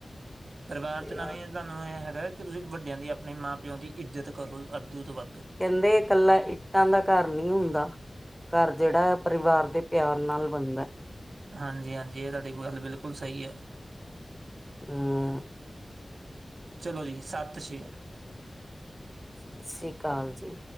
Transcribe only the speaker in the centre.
ਤੇ
ਕਹਿੰਦੇ ਇਕੱਲਾ ਇੱਟਾਂ ਦਾ ਘਰ ਨ੍ਹੀਂ ਹੁੰਦਾ। ਘਰ ਜਿਹੜਾ ਏ, ਪਰਿਵਾਰ ਦੇ ਪਿਆਰ ਨਾਲ ਬਣਦਾ।
ਹਮ
ਸਤਿ ਸ਼੍ਰੀ ਅਕਾਲ ਜੀ।